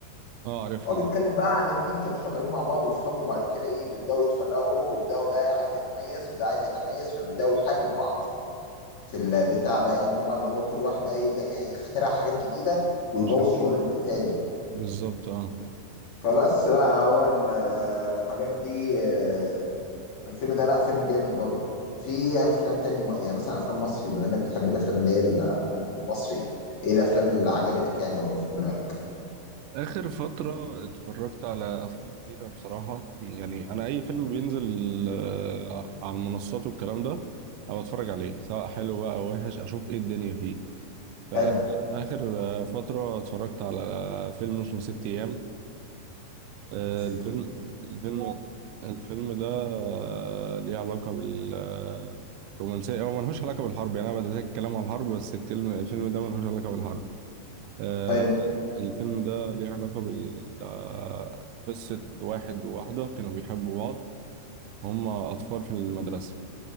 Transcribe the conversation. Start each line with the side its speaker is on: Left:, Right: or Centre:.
Right: اه عارفهم
Left: هو بيتكلم بقى عن اتنين كانوا شغالين مع بعض واصحابه وبعد كده ايه بيبداوا يتفرقوا وبداوا ده عايز يتميز وده عايز يتميز فبيبداوا يهاجموا بعض في البتاع بقى يهاجموا بعض اللي هو كل واحد بقى يبدا يعني يخترع حاجات جديده ويبوظ
Right: عشان
Left: شغل التاني
Right: بالظبط اه
Left: فبس بقى هو ال- الحاجات دي آه، الفيلم ده لا فيلم جامد برضه في افلام تانية م- يعني مثلا افلام مصري بما انك بتحب الافلام اللي هي المصري ايه الافلام اللي عجبتك يعني او اللي في دماغك
Right: آخر فترة اتفرجت على أفلام كتيرة بصراحة يعني أنا أي فيلم بينزل آه، على المنصات والكلام ده أنا بتفرج عليه سواء حلو بقى أو وحش أشوف إيه الدنيا فيه فآخر
Left: حلو
Right: آه، فترة اتفرجت على فيلم اسمه ست أيام آه،
Left: ست
Right: الفيلم الفيلم الفيلم ده آه، ليه علاقة بالرومانسية هو ملهوش علاقة بالحرب يعني أنا بدأت أتكلم عن الحرب بس الكلمة الفيلم ده ملهوش علاقة بالحرب آه،
Left: حلو
Right: الفيلم ده ليه علاقة بال آه، قصة واحد وواحدة كانوا بيحبوا بعض هما أطفال في المدرسة